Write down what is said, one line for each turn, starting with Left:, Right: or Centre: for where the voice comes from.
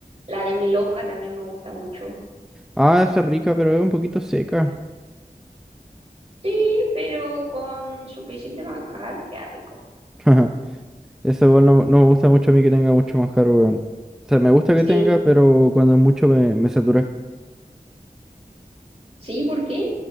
Right: la de mil hoja también me gusta mucho.
Centre: Ah, esa es rica, pero es un poquito seca.
Right: Sí, pero con suficiente manjar, queda rico.
Centre: <laughs> Esa igual no, no me gusta mucho a mí que tenga mucho manjar, weón. O sea, me gusta
Right: Sí,
Centre: que tenga, pero cuando es mucho me, me satura.
Right: sí, ¿por qué?